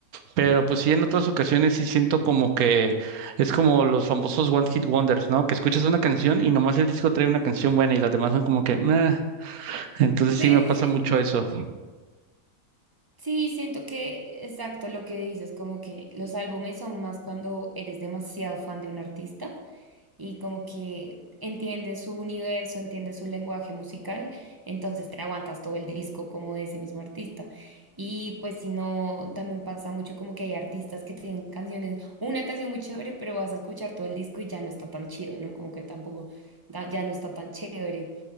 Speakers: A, on the right; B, on the right.
A: pero pues sí en otras ocasiones sí siento como que es como los famosos One Hit Wonders, ¿no? Que escuchas una canción y nomás el disco trae una canción buena y las demás son como que meh. Entonces
B: <laughs>
A: sí me pasa mucho eso.
B: Sí, siento que, exacto, lo que dices, como que los álbumes son más cuando eres demasiado fan de un artista y como que entiendes su universo, entiendes su lenguaje musical, entonces te aguantas todo el disco como de ese mismo artista. Y pues si no, también pasa mucho como que hay artistas que tienen canciones, una canción muy chévere, pero vas a escuchar todo el disco y ya no está tan chido, ¿no? Como que tampoco, ta- ya no está tan chévere.